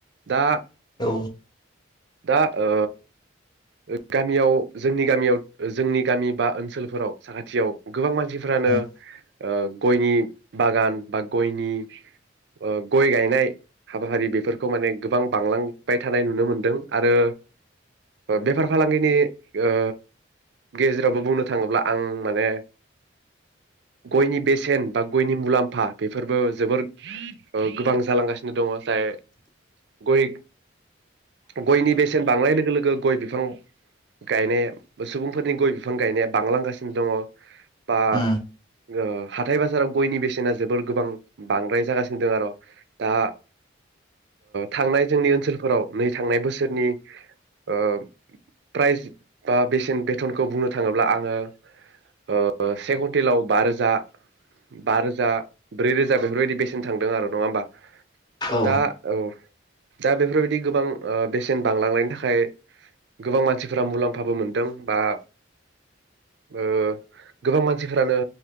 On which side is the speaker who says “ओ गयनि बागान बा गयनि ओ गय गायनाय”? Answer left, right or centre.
Right